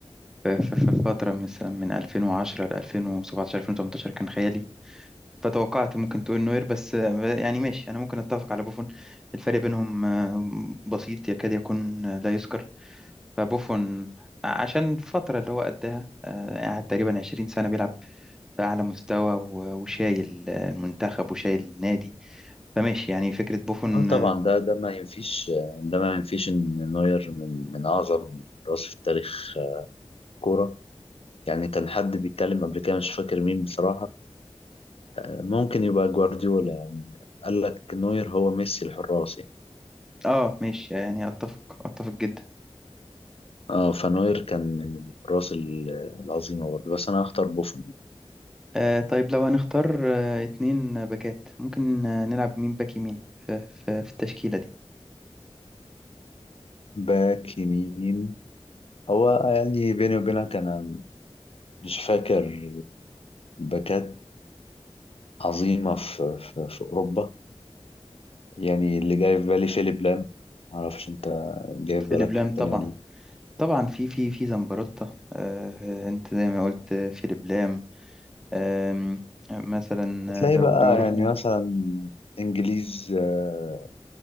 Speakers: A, in the centre; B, on the left.
A: في في- في فترة مثلا من 2010 ل 2017 2018 كان خيالي فتوقعت ممكن تقول نوير بس آه، يعني ماشي انا ممكن اتفق على بوفون الفرق بينهم آه، بسيط يكاد يكون آه، لا يذكر فبوفون عشان الفترة اللي هو قدها آه، قعد تقريبا 20 سنة بيلعب في أعلى مستوى و- وشايل المنتخب وشايل النادي فماشي يعني فكرة بوفون
B: اه طبعا ده ده ما ينفيش ده ما ينفيش ان نوير من من اعظم راس في تاريخ الكوره يعني كان حد بيتكلم قبل كده مش فاكر مين بصراحه آه، ممكن يبقى جوارديولا يعني قال لك نوير هو ميسي الحراس يعني
A: آه ماشي يعني أتفق أتفق جدا
B: اه فنوير كان من الحراس ال- العظيمه برضه بس انا هختار بوفون
A: آه طيب لو هنختار آه اتنين باكات ممكن آه نلعب مين باك يمين في, في, في التشكيلة دي
B: باك يمين هو يعني بيني وبينك انا مش فاكر باكات عظيمه في في, في اوروبا يعني اللي جاي في بالي فيليب لام معرفش انت جاي
A: فيليب
B: في بالك
A: لام
B: حد
A: طبعا
B: تاني ولا لأ.
A: طبعا في في في زمبروتا آه آه، أنت زي ما قلت آه، فيليب لام آم، مثلا
B: هتلاقي
A: آه، لو
B: بقى
A: لو رحنا
B: يعني مثلا انجليز آه،